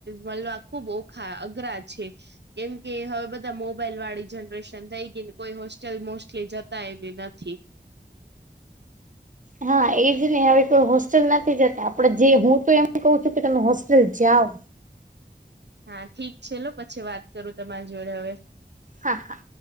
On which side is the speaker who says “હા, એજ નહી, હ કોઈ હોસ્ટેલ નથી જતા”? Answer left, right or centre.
Right